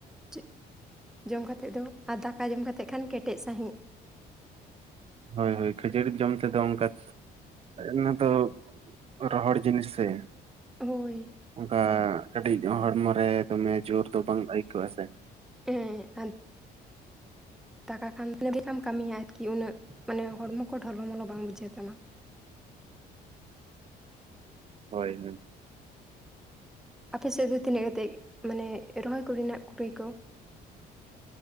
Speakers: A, in the centre; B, on the right (about 35°).
A: ᱡ ᱡᱚᱢ ᱠᱟᱛᱮᱫ ᱫᱚ ᱾ ᱟᱨ ᱫᱟᱠᱟ ᱡᱚᱢ ᱠᱟᱛᱮᱫ ᱠᱷᱟᱱ ᱠᱮᱴᱮᱡ ᱥᱟᱸᱦᱤᱡ ᱾
B: ᱦᱳᱭ ᱦᱳᱭ ᱠᱷᱟᱹᱡᱟᱹᱲᱤ ᱡᱚᱢ ᱛᱮᱫᱚ ᱚᱱᱠᱟ ᱚᱱᱟ ᱫᱚ ᱨᱚᱦᱚᱲ ᱡᱤᱱᱤᱥ ᱥᱮ
A: ᱦᱳᱭ
B: ᱚᱱᱠᱟ ᱠᱟᱹᱴᱤᱡ ᱦᱚᱲᱢᱚ ᱨᱮ ᱫᱚᱢᱮ ᱡᱳᱨ ᱫᱚ ᱵᱟᱝ ᱟᱹᱭᱠᱟᱹᱜᱼᱟ ᱥᱮ
A: ᱦᱮᱸ ᱦᱟᱱ ᱫᱟᱠᱟ ᱠᱷᱟᱱ <unintelligible> ᱠᱟᱹᱢᱤᱭᱟ ᱟᱨᱠᱤ ᱩᱱᱟᱹᱜ ᱢᱟᱱᱮ ᱦᱚᱲᱢᱚ ᱠᱚ ᱰᱷᱚᱞᱚ ᱢᱚᱞᱚ ᱵᱟᱝ ᱵᱩᱡᱷᱟᱹᱜ ᱛᱟᱢᱟ ᱾
B: ᱦᱳᱭ ᱦᱳᱭ ᱾
A: ᱟᱯᱮᱥᱮᱫ ᱫᱚ ᱛᱤᱱᱟᱹᱜ ᱠᱟᱛᱮ ᱢᱟᱱᱮ ᱨᱚᱦᱚᱭ ᱠᱚᱨᱮᱱᱟᱜ ᱠᱩᱲᱟᱹᱭ ᱠᱚ?